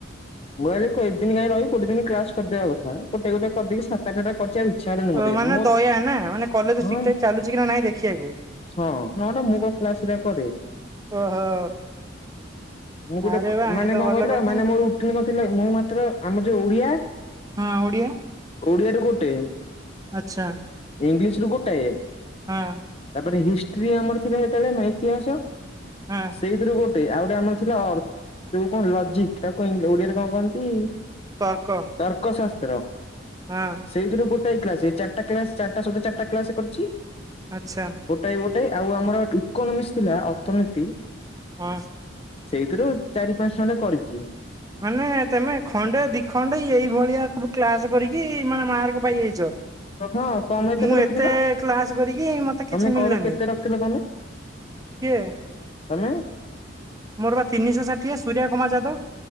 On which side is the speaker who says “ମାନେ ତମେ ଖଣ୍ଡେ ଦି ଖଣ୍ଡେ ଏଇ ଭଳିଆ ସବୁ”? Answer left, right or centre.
Right